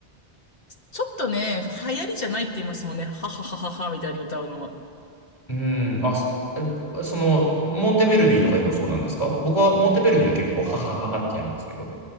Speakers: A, on the left; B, on the left.
A: ちょっとね、流行りじゃないって言いますもんね。ははははははみたいに歌うのは。
B: うーん、あ、そえその、モンテベルビーとかでもそうなんですか僕はモンテベルビーは結構、ははははってやるんですけど。